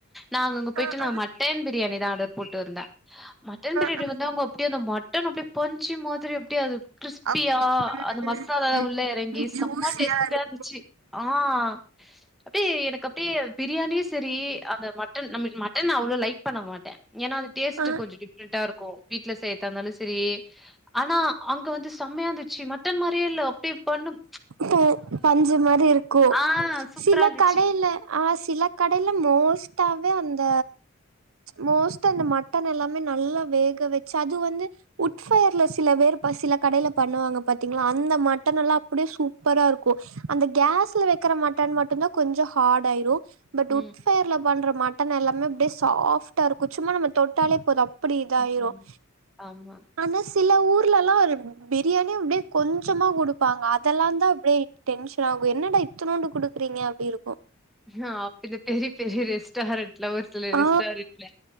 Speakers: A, in the centre; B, on the right.
A: நாங்க அங்க போயிட்டு
B: அ
A: நா
B: அ
A: மட்டன் பிரியாணிதா ஆர்டர் போட்ருந்தே மட்டன் பிரியாணி
B: அ
A: வந் து அவுங்க அப்டியே அந்த மட்டன் அப்டியே பஞ்சு மாதிரி அப்டியே அது கிறிஸ்பியா
B: அப்டி
A: அந்த மசாலாலா
B: ம்
A: உள்ள எறங்கி
B: ம் ஜூஸியா
A: செம்ம டேஸ்ட்டியா
B: இருக்கு
A: இருந்துச்சி ஆ அப்டியே எனக்கு அப்டியே அது பிரியாணியு சரி அந்த மட்டன் நமக்கு மட்டன் அவ்ளோ லைக் பண்ண மாட்டே எனா அது டேஸ்ட்டு
B: ஆஹ்
A: கொஞ்சோ டிஃப்ரெண்டா இருக்கு வீட்ல செய்ரதா இருந்தாலு சரி ஆனா அங்க வந்து செம்மையாந்துச்சி மட்டன் மாரியே இல்ல அப்டியே பண்ணும்
B: <unintelligible> பஞ்சு மாரி இருக்கு
A: ஆ சூப்பரா
B: சிலக்
A: இருந்துச்சு
B: கடைல ஆ சிலக் கடைல மோஸ்டாவே அந்த மோஸ்ட்டா அந்த மட்டன் எல்லாமே நல்லா வேக வச்சு அது வந்து உட்ஃபயர்ல சில பேர் சில கடைல பண்ணுவாங்க பாத்தீங்ளா அந்த மட்டன் எல்லா அப்டியே சூப்பரா இருக்கு அந்த கேஸ்ல வெக்கிற மட்டான் மட்டுந்தா கொஞ்சோ ஹாடாயிரு பட்
A: ம்
B: உட் ஃபயர்ல பன்ற மட்டன் எல்லாமே அப்படியே சாஃப்டா இருக்கும் சும்மா நம்ம தொட்டாலே போது அப்புடி இதாயிரும்
A: ம் ம் ஆமா
B: ஆனா சில ஊர்லல்லாம் ஒரு பிரியாணியே அப்டியே கொஞ்சமா கொடுப்பாங்க இதெல்லாம் தா அப்படியே டென்ஷன் ஆகும் என்னடா இத்துணோண்டு குடுக்குறீங்க அப்படி இருக்கும்
A: ஆ பெரிய பெரிய பெரிய ரெஸ்டாரென்ட்ல <unintelligible> ல
B: ஆ
A: ரெஸ்டாரென்ட்ல